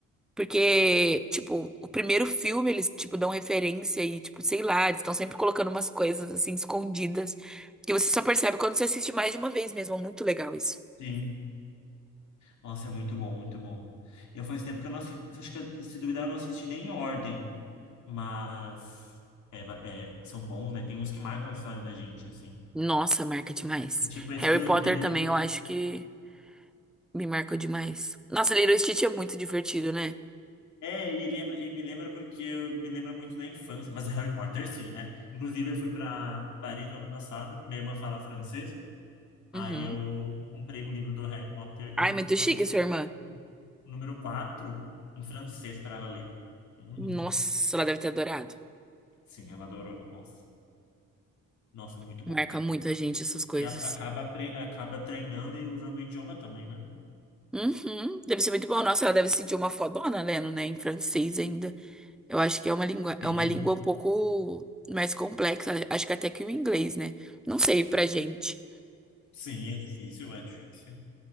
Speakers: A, in the centre; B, on the left.
A: Porque, tipo, o primeiro filme eles, tipo, dão referência e, tipo, sei lá, eles estão sempre colocando umas coisas assim escondidas que você só percebe quando você assiste mais de uma vez mesmo. É Muito legal isso.
B: Sim. Nossa, é muito bom, muito bom. Eu faz tempo que eu não assisto, acho que se duvidar eu não assisti nem em ordem, mas é ba- é, são bons, né? Tem uns que marcam a história da gente, assim.
A: Nossa, marca demais.
B: É tipo esse
A: Harry
B: do
A: Potter
B: Little
A: também
B: Stitch.
A: eu acho que me marcou demais. Nossa, Lilo e Stitch é muito divertido, né?
B: É, e lembra, e me lembra porque eu me lembra muito da infância, mas é Harry Potter sim, né? Inclusive eu fui para Paris no ano passado, minha irmã fala francês, aí
A: Uhum.
B: eu comprei um livro do Harry Potter,
A: Ai,
B: um,
A: muito
B: acho
A: chique,
B: que
A: a sua irmã.
B: o número quatro em francês para ela ler. Uhum.
A: Nossa, ela deve ter adorado.
B: Sim, ela adorou. Nossa, nossa, muito
A: Marca
B: bom.
A: muito a gente essas coisas.
B: E a- acaba apre- acaba treinando e usando o idioma também, né?
A: Uhum, deve ser muito bom. Nossa, ela deve se sentir uma fodona lendo, né? Em francês ainda. Eu acho que é uma língua, é
B: Sim,
A: uma língua um pouco mais complexa. Acho que até que o inglês, né? Não sei pra gente.
B: sim, é difícil, é difícil.